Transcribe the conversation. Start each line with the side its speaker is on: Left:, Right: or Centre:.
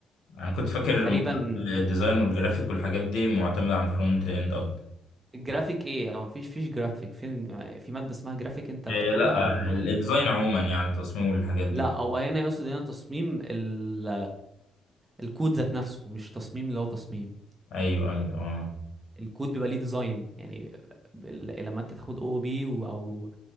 Left: انا كنت فاكر الم-
Right: تقريبا
Left: الديزاين والجرافيك والحاجات دي معتمده على الفرونت اند اكتر
Right: الجرافيك ايه اه مفيش فيش جرافيك فين في ماده اسمها جرافيك انت بتاخدها
Left: إيه لا
Right: او هتاخد-
Left: الديزاين عموما يعني التصميم والحاجات دي
Right: لا او هنا يقصد هنا تصميم ال الكود ذات نفسه مش تصميم اللي هو تصميم
Left: ايوه ايوه اه
Right: الكود بيبقى ليه ديزاين يعني ب- ال- لما انت تاخد او بي او